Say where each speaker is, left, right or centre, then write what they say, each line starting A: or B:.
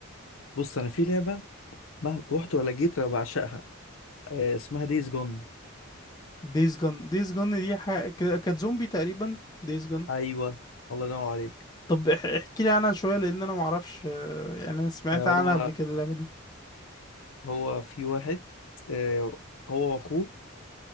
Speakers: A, on the left; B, on the left.
A: بص انا في لعبه ما رحت ولا جيت انا بعشقها آه، اسمها دايز جون
B: دايز جون دايز جون دي حاجه ك- كانت زومبي تقريبا دايز جون
A: ايوه الله ينور عليك
B: طب اح- احكي لي عنها شويه لان انا ما اعرفش آه، يعني انا سمعت
A: آه، هو
B: عنها قبل كده اللعبه دي
A: هو في واحد آه، هو واخوه